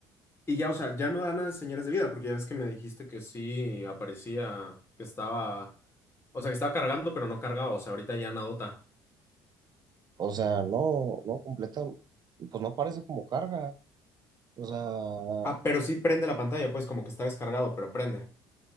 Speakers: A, on the left; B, on the right.
A: Y ya, o sea, ya no da nada de señales de vida, porque ya ves que me dijiste que sí aparecía, que estaba, o sea, que estaba cargando, pero no cargado, o sea, ahorita ya nada.
B: O sea, no, no completa, pues no parece como carga. O sea,
A: Ah, pero sí prende la pantalla, pues como que está descargado, pero prende.